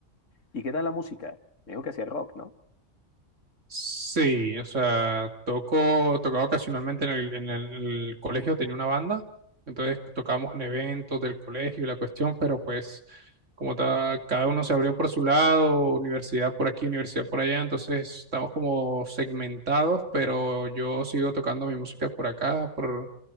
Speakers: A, on the left (about 85°); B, on the right (about 75°).
A: ¿Y qué tal la música? Me dijo que hacía rock, ¿no?
B: Sí, o sea, toco, tocaba ocasionalmente en el, en el, en el colegio, tenía una banda, entonces tocábamos en eventos del colegio y la cuestión, pero pues como ta- cada uno se abrió por su lado, universidad por aquí, universidad por allá, entonces estamos como segmentados, pero yo sigo tocando mi música por acá, por...